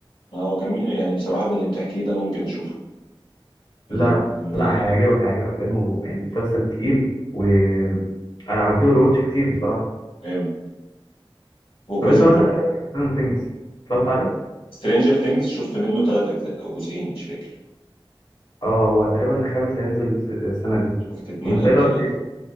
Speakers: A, on the left (about 80°); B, on the left (about 55°).
A: ما هو جميل يعني بصراحة من اللي بتحكيه ده ممكن اشوفه اللي
B: لا
A: من
B: لا هيعجبك هيعجبك لأنه يعني مسلسل تقيل وأنا عملت له ريواتش كتير بصراحة
A: جامد وبريزون
B: طب أنت مثلا إيه رأيك في ستراندر ثينجز؟ اتفرجت عليه؟
A: سترينجر ثينجز شفت منه ثلاث اجزاء او جزئين مش فاكر
B: اه هو تقريبا الخامس هينزل الس- السنة دي
A: شفت اتنين
B: طب أنت
A: او
B: إيه رأيك
A: ثلاثة
B: فيه؟